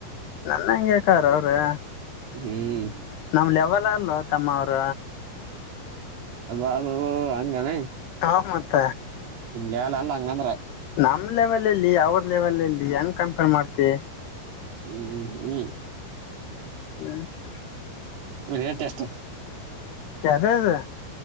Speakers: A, on the left; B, on the right.
A: ನನ್ನ ಹಂಗ ಯ ಕಾರ ಅವ್ರೆ
B: ಹ್ಮ್
A: ನಮ್ ಯಾವಲ್ಲ ಅಲ್ವ ತಮ್ಮ ಅವ್ರ
B: ಅ ಬಬ ಹಂಗಾನ
A: ಹ ಮತ್ತ
B: ಇಲ್ಲ ಅಲ್ಲ ಅಲ್ಲ ಹಂಗಂದ್ರೆ
A: ನಮ್ ಲೆವೆಲ್ಲ್ಲಿ ಅವ್ರ ಲೆವೆಲ್ಲ್ಲಿ ಹೆಂಗ್ ಕಂಪೇರ್ ಮಾಡ್ತ
B: ಹ್ಮ್ ಹ್ಮ್ ಹ್ಮ್
A: ಹ್ಮ ಹಾ
B: ಮೇನ್ಟ ಎಷ್ಟ
A: ಕದದ